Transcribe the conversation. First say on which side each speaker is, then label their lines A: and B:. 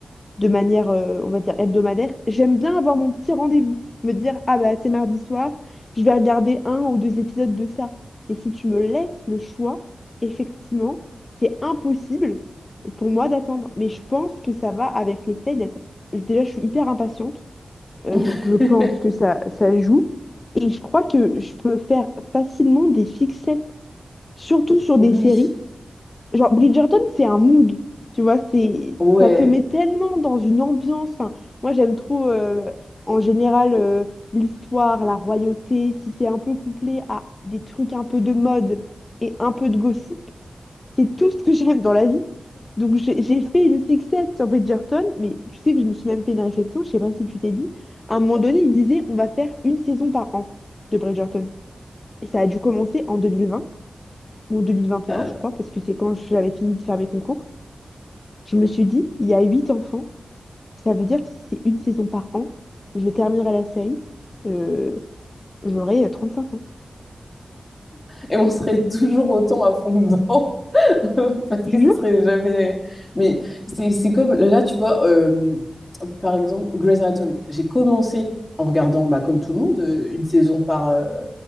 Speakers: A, on the left (about 40°); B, on the left (about 25°).
A: de manière, euh, on va dire, hebdomadaire, j'aime bien avoir mon petit rendez-vous. Me dire, ah bah c'est mardi soir, je vais regarder un ou deux épisodes de ça. Mais si tu me laisses le choix, effectivement, c'est impossible pour moi d'attendre. Mais je pense que ça va avec le fait d'être... Déjà, je suis hyper impatiente, euh,
B: <laughs>
A: donc je pense que ça, ça joue. Et je crois que je peux faire facilement des fixettes, surtout sur
B: Oui,
A: des séries. Genre, Bridgerton, c'est un mood, tu vois, c'est,
B: ouais.
A: ça te met tellement dans une ambiance. Enfin, moi, j'aime trop, euh, en général, euh, l'histoire, la royauté, si c'est un peu couplé à des trucs un peu de mode et un peu de gossip, c'est tout ce que j'aime dans la vie. Donc, j'ai j'ai fait une fixette sur Bridgerton, mais tu sais que je me suis même fait une réflexion, je sais pas si tu t'es dit, à un moment donné, il disait, on va faire une saison par an de Bridgerton. Et ça a dû commencer en 2020 ou 2021,
B: Euh,
A: je crois, parce que c'est quand j'avais fini de faire mes concours. Je me suis dit, il y a huit enfants, ça veut dire que si c'est une saison par an, je terminerai la série, euh, j'aurai 35 ans.
B: et on serait toujours autant à fond dedans <laughs> parce que
A: Jure?
B: ce serait jamais. Mais c'est c'est comme là, tu vois, euh, par exemple, Grey's Anatomy. J'ai commencé en regardant, bah, comme tout le monde, euh, une saison par. euh,